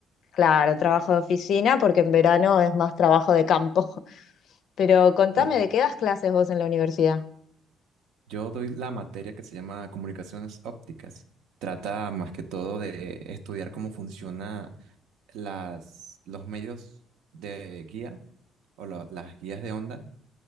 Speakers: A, on the left; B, on the right.
A: Claro, trabajo de oficina porque en verano es más trabajo de campo. <laughs> Pero contame,
B: Pero
A: ¿de qué das clases vos en la universidad?
B: Yo doy la materia que se llama comunicaciones ópticas. Trata más que todo de estudiar cómo funciona las, los medios de guía o lo- las guías de onda